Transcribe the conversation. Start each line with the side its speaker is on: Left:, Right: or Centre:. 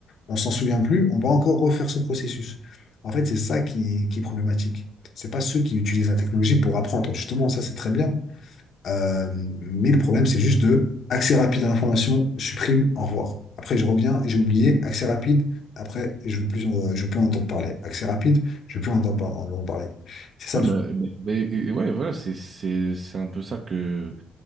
Left: on s'en souvient plus, on va encore refaire ce processus. En fait, c'est ça qui, qui est problématique. C'est pas ceux qui utilisent la technologie pour apprendre. Justement, ça, c'est très bien. Euh, mais le problème, c'est juste de accès rapide à l'information, supprime, au revoir. Après, je reviens, j'ai oublié, accès rapide. Après, je veux plus, en- je veux plus en entendre parler. Accès rapide, je veux plus en entendre, par- en entendre parler. C'est ça
Right: Ouais,
Left: le
Right: bah,
Left: souci.
Right: bah, bah, et- et ouais, voilà, c'est, c'est, c'est un peu ça que,